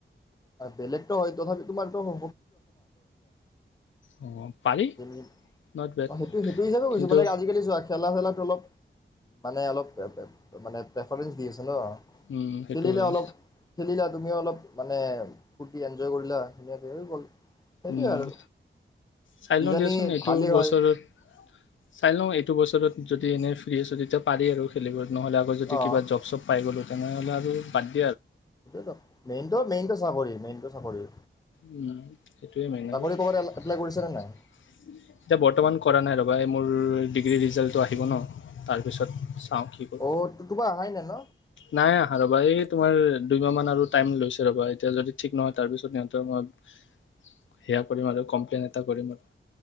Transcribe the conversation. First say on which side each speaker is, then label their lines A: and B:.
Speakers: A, on the left; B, on the left.
A: আৰু বেলেগ টো হয় তথাপি তোমাৰতো <unintelligible>
B: অ পাৰি
A: উম ',
B: নট বেড
A: সেইটো -সেইটো হিচাপে কৈছো
B: কিন্তু
A: মানে আজিকালি যোৱা খেলা খেলাটো অলপ মানে অলপ মানে প্ৰেফাৰেঞ্চ দি আছ ন
B: উম সেইটো
A: খেলিলে
B: হয়
A: অলপ খেলিলা তুমিও অলপ মানে? ফূ্তি এনজয় কৰিলা ধুনীয়াকে হৈ গ'ল। সেইটোৱে
B: উম',
A: আৰু
B: চাই
A: কিজানি
B: লওঁ দিয়াচোন এইটো
A: ভালেই
B: বছৰত
A: হয়
B: চাই লওঁ এইটো বছৰত যদি এনেই ফ্ৰী আছো তেতিয়া পাৰি আৰু খেলিবলৈ নহ'লে আগ য
A: অ
B: কিবাব চব পাই গ'লোঁ তেনেহ'লে আৰু ব
A: সটোয় মেইনতটো মেইনতটো চাকৰি -মেইনতটো চাকৰি
B: উম', সেইটোয়ে মেইন
A: চাকৰি
B: আৰু এতিয়া
A: ক'ৰবাত এপ্লাই কৰিছানে নাই
B: বৰ্তমান কৰা নাই ৰবা। মোৰ ডিগ্ৰী ৰিজাল্টটো আহিব ন তাৰপিছত চাওঁ কি কৰ
A: অ তোমাৰ অহাই নাই ন
B: নাই আহাৰবা তোমাৰ দুইমাহ মান আৰু টাইম লৈছে ৰবা এতিয়া যদি ঠিক নহয় তাৰ পিছত সহঁ মই সেয়া কৰিম আৰু কমপ্লেইন এটা কৰিম আৰু